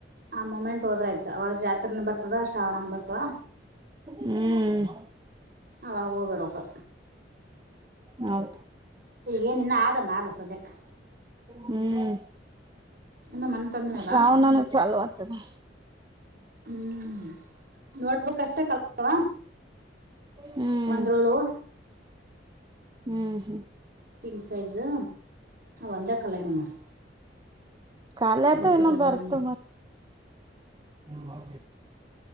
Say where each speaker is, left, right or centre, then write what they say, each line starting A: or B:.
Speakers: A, on the right; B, on the right.
A: ಆ ಮೂಮೆಂಟ್ ಹೋದ್ರ ಆಯ್ತು, ಅವಾಗ ಜಾತ್ರೆನ ಬರ್ತದ ಶ್ರಾವಣನ ಬರ್ತದ.
B: ಹ್ಮ್
A: ಅವಾಗೋಗ್ಬರ್ಬೇಕು.
B: ಹೌದು.
A: ಏನ ಇನ್ನ ಆದ ಮಾಲ ಸದ್ಯಕ್ಕೆ.
B: ಹ್ಮ್,
A: ಇನ್ನು ಮನೆ ತಂದಿನಲ್ಲ
B: ಶ್ರಾವಣನು ಚಾಲೋ ಆತದೆ.
A: ಹ್ಮ್ ನೋಟ್ಬುಕ್ ಅಷ್ಟೇ ಕಲ್ತವಾ.
B: ಹ್ಮ್
A: ಬಂದರೋಲೋ.
B: ಹ್ಮ್ ಹ್ಮ
A: ಕಿಂಗ್ ಸೈಜು, ಒಂದೆ ಕಲೆಗ ಮಾಮ್.
B: ಕಾಲತ
A: ಉಳ್ಕಿದ್ದೆಲ್ಲ
B: ಇನ್ನು ಬರ್ತದೆ,
A: ಹಂಗೆ
B: ಮ